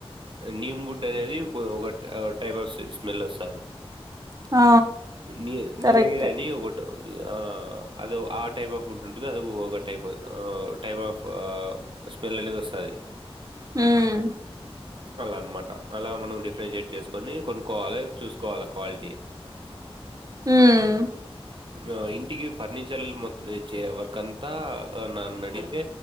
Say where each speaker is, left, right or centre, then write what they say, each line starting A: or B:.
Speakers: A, on the right (about 55°); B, on the right (about 35°).
A: నీమ్బుడ్ అనేది ఒక టైప్ ఆఫ్ స్మెల్ సది
B: ఆ
A: నీ నీలాగిరిని
B: కరెక్ట్
A: ఒకటు ఆ అద ఆ టైప్ ఆఫ్ ఫుడ్ ఉంటది అది ఒకగా టైప్ టైప్ ఆఫ్ స్మెల్ అనేది వస్తది
B: ఉమ్
A: అలా అనమాట అలా మనం డిఫరెన్షియేట్ చేసుకొని కొనుక్కోవాలి చూసుకోవాలి క్వాలిటీ
B: ఉమ్
A: ఆ ఇంటికి ఫర్నిచర్ మొచ్చ వర్క్ అంతా నన్నడిగితే